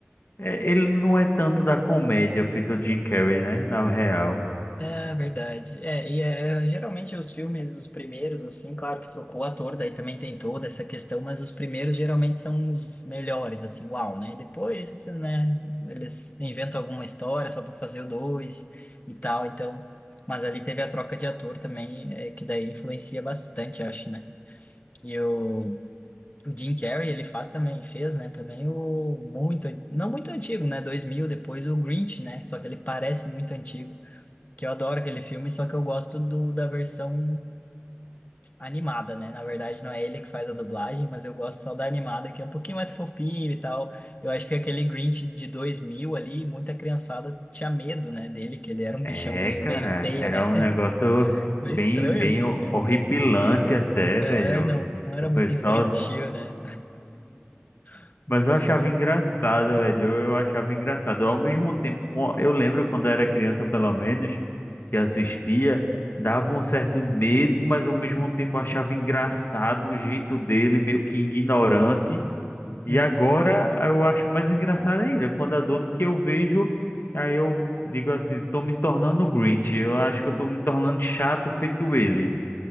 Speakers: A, on the left (about 55°); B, on the left (about 35°).
A: é- ele não é tanto da comédia feito o Jim Carrey, né? Na real.
B: É verdade. É, e é, é, geralmente os filmes, os primeiros, assim, claro que trocou o ator, daí também tem toda essa questão, mas os primeiros geralmente são os melhores, assim, uau, né? Depois, isso, né, eles inventam alguma história só para fazer o dois e tal, então. Mas ali teve a troca de ator também, é, que daí influencia bastante, acho, né? E o, o Jim Carrey, ele faz também, fez, né, também o muito, não muito antigo, né, Dois mil depois o Grinch, né? Só que ele parece muito antigo que eu adoro aquele filme, só que eu gosto do, da versão animada, né? Na verdade, não é ele que faz a dublagem, mas eu gosto só da animada, que é um pouquinho mais fofinho e tal. Eu acho que aquele Grinch de 2000 ali, muita criançada tinha medo, né, dele, que ele era um
A: É,
B: bichão meio,
A: cara,
B: meio feio,
A: era
B: né? <laughs>
A: um negócio
B: Meio
A: bem,
B: estranho
A: bem
B: assim,
A: ho-
B: né?
A: horripilante até, velho.
B: É, não, não era
A: O pessoal,
B: muito infantil, né? <laughs> Um
A: mas
B: bagulho
A: eu achava
B: meio
A: engraçado,
B: estranho.
A: velho. Eu achava engraçado. Ao mesmo tempo, co- eu lembro quando era criança, pelo menos, que assistia, dava um certo medo, mas ao mesmo tempo eu achava engraçado o jeito dele, meio que ignorante. E
B: Uhum.
A: agora ah, eu acho mais engraçado ainda, quando adulto que eu vejo, aí eu digo assim, tô me tornando Grinch, eu acho que eu tô me tornando chato feito ele.